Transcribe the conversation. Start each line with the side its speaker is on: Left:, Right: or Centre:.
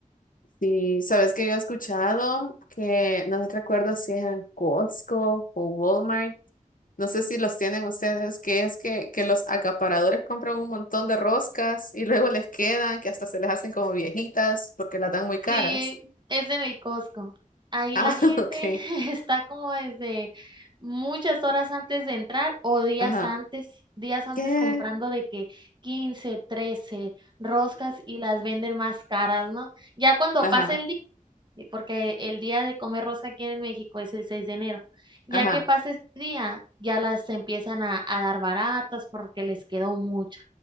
Left: Sí, sabes que yo he escuchado que no recuerdo si es en Costco o Walmart No sé si los tienen ustedes, que es que, que los acaparadores compran un montón de roscas y luego les quedan, que hasta se les hacen como viejitas porque las dan muy caras.
Right: Sí, es en el Costco. Ahí
Left: Ah,
Right: la gente
Left: <laughs> ok.
Right: <laughs> está como desde muchas horas antes de entrar o días
Left: Ajá.
Right: antes, días antes
Left: ¿Qué?
Right: comprando de que 15, 13 roscas y las venden más caras, ¿no? Ya cuando
Left: Ajá.
Right: pasa el día, porque el día de comer rosca aquí en México es el 6 de enero, ya
Left: Ajá.
Right: que pasa ese día, ya las empiezan a, a dar baratas porque les quedó mucha